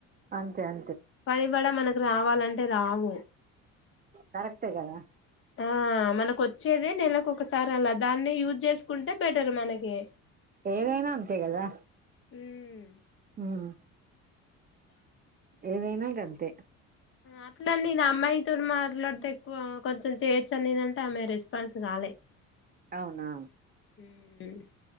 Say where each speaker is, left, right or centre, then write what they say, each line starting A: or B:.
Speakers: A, on the right; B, on the left.
A: అంతే అ
B: పనిబడా మనకు రావాలంటే రావు
A: కరెక్టే కదా
B: ఆ మనకు వచ్చేదే నెలకు ఒకసారి అలా దాన్నే యూజ్ చేసుకుంటే బెటర్ మనకి
A: ఏదైనా అంతే కదా
B: ఉమ్
A: హ్మ్ ఏదైనా గంతే
B: అట్లా నేను అమ్మాయితో మాట్లాడితే ఎక్కువ కొంచెం చేయొచ్చాను నేనంటే ఆమె రెస్పాన్స్ కాలే
A: అవునా
B: హ్మ్